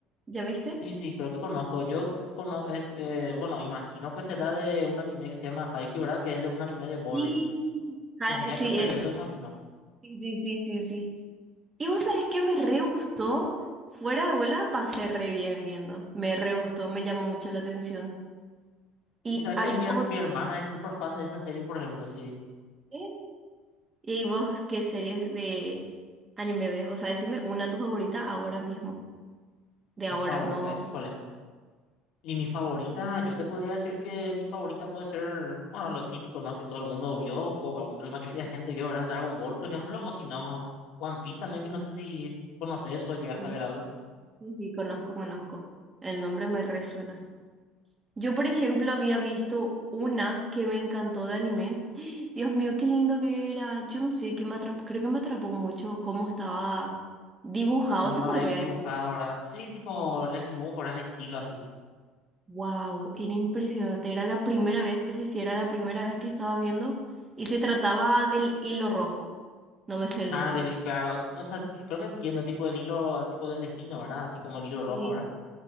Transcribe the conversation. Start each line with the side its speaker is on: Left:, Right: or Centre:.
Right: ¿Ya viste?
Left: sí, sí, creo que conozco. Yo conozco, es, eh, bueno, imagino que será de un anime que se llama Haikyuu, ¿verdad? Que es de un anime de volei.
Right: Sí. Ah,
Left: Tendría
Right: sí,
Left: que ser
Right: ese.
Left: eso, imagino.
Right: Sí, sí, sí, sí, sí. ¿Y vos sabés qué me re gustó? Fuera de bola pasé re bien viendo. Me re gustó, me llamó mucho la atención. Y
Left: Y sabes
Right: hay
Left: que mi,
Right: otra.
Left: her- mi hermana es súper fan de esa serie, por ejemplo, sí.
Right: ¿eh? ¿Y vos qué series de anime ves? O sea, decime una tu favorita ahora mismo. De
Left: Mi
Right: ahora,
Left: favorita,
Right: no.
Left: híjole. Y mi favorita, yo te podría decir que mi favorita puede ser, bueno, lo típico, ¿no? Que todo el mundo vio, o como la mayoría de gente vio, ¿verdad? Dragon Ball, por ejemplo, o si no, One Piece también, que no sé si conoces o llegaste
Right: No.
Left: a ver algo.
Right: Sí, sí, conozco, conozco. El nombre me resuena. Yo, por ejemplo, había visto una que me encantó de anime. <gasps> Dios mío, qué lindo que era. Yo no sé, que me atrapó, creo que me atrapó mucho cómo estaba dibujado,
Left: Cómo
Right: se
Left: estaba
Right: podría
Left: eh, dibujado,
Right: decir.
Left: ¿verdad? Sí, tipo el dibujo, ¿verdad? El estilo así.
Right: Wow, era impresionante. Era la primera vez, ese sí era la primera vez que estaba viendo. Y se trataba del hilo rojo. No me sé el
Left: Ah,
Right: nombre.
Left: del, claro, o sea, creo que entiendo, tipo del hilo, tipo del destino, ¿verdad? Así como el hilo rojo,
Right: Sí.
Left: ¿verdad?